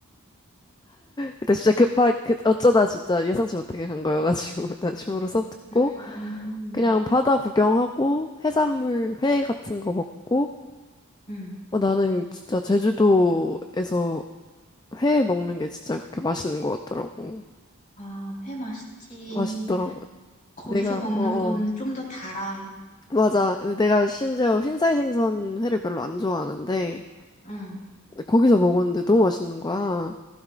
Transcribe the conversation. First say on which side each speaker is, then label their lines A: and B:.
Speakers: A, on the left (about 20°); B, on the left (about 40°).
A: 그때 진짜 급하 그 어쩌다 진짜 예상치 못하게 간 거여가지고 <laughs> 난 줌으로 수업 듣고
B: 음.
A: 그냥 바다 구경하고 해산물 회 같은 거 먹고
B: 음.
A: 어, 나는 진짜 제주도에서 회 먹는 게 진짜 그렇게 맛있는 것 같더라고.
B: 아, 회 맛있지.
A: 맛있더라고.
B: 거기서
A: 내가,
B: 먹는
A: 어어.
B: 건 좀 더 달아.
A: 맞아. 내가 심지어 흰살 생선 회를 별로 안 좋아하는데,
B: 응.
A: 거기서 먹었는데 너무 맛있는 거야.